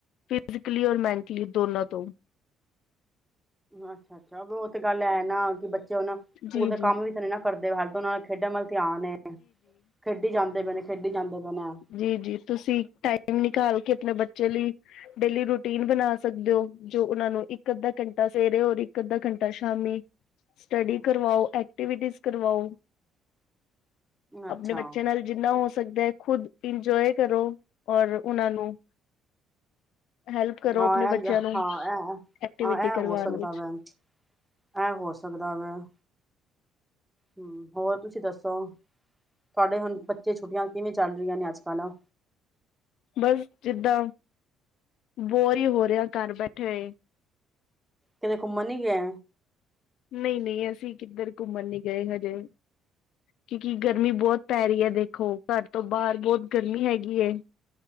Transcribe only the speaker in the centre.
ਅੱਛਾ-ਅੱਛਾ ਉਹ ਤੇ ਗੱਲ ਐ ਨਾ ਕਿ ਬ- ਉਹ ਸਕੂਲ
ਦੇ
ਕੰਮ ਵੀ ਤਾਂ ਨਹੀਂ ਨਾ ਕਰਦੇ ਹਰ ਉਹਨਾਂ ਦਾ ਖੇਡਣ ਵੱਲ ਧਿਆਨ ਨੇ ਖੇਡੀ ਜਾਂਦੇ ਪਏ ਨੇ - ਖੇਡੀ ਜਾਂਦੇ- ਪਏ ਨੇ
ਅੱਛਾ
ਹਾਂ।
ਐਜਂ
ਐ
ਹੋ ਸਕਦਾ
ਵ, ਐ ਹਾਂ ਇਹ ਹੋ ਸਕਦਾ, ਐ ਹੋ ਸਕਦਾ ਵ- ਹੂੰ ਹੋਰ ਤੁਸੀਂ ਦੱਸੋ- ਤੁਹਾਡੇ ਹੁਣ ਬੱਚੇ ਛੁੱਟੀਆਂ ਕਿਵੇਂ- ਚੱਲ ਰਹੀਆਂ ਨੇ ਅੱਜ ਕੱਲ੍ਹ-
ਕਿਤੇ ਘੁੰਮਣ ਨੀ ਗਏ?